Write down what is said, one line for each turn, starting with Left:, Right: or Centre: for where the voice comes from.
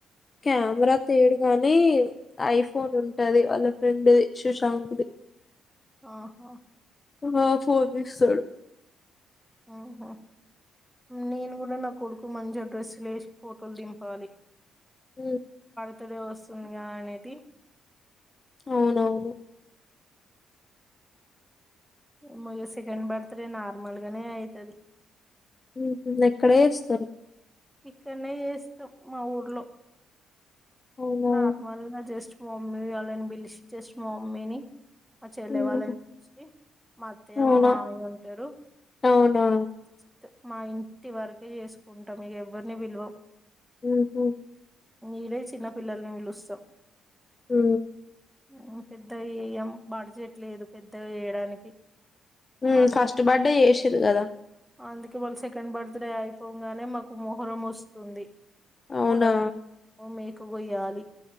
Left: కెమెరా తేడుగాని ఐఫోన్ ఉంటది వాళ్ళ ఫ్రెండ్ది సుశాంకు ది
Centre: ఆహా
Left: ఆ ఫోన్ ఇస్తడు
Centre: ఆహా నేను కూడా నా కొడుకు మంచి అడ్రస్సు లేసి ఫోటోలు దింపాలి
Left: హు
Centre: బర్త్డే వస్తుందిగా అనేది
Left: అవునవును
Centre: అమ్మో ఇగా సెకండ్ బర్తడే నార్మల్గానే అయితది
Left: ఉహు ఎక్కడే చేస్తారు
Centre: ఇక్కనే చేస్తాం మా ఊర్లో
Left: అవునా
Centre: నార్మల్ నా జస్ట్ మమ్మీ వళ్ళని పిలిచి జస్ట్ మా మమ్మీని మా చెల్లె
Left: ఉమ్
Centre: వాళ్ళని పిలిచి మా అత్తయ్యమామయ్య
Left: అవునా
Centre: ఉంటారు
Left: అవునా
Centre: జస్ట్ మా ఇంటి వరకే చేసుకుంటాం ఇగ ఎవ్వరిని పిలువం
Left: ఉహు
Centre: ఈడే చిన్నపిల్లల్ని పిలుస్తాం
Left: హు
Centre: హు పెద్దగా చెయ్యం బడ్జెట్ లేదు పెద్దగా చేయడానికి
Left: హు
Centre: మళ్ళీ
Left: ఫస్ట్ బర్త్డే చేసిలు చేసిరు కదా
Centre: అందుకే మల్ల సెకండ్ బర్త్ డే అయిపోగానే మాకు మోహరం వస్తుంది
Left: అవునా
Centre: మొహరం మే కొయ్యాలి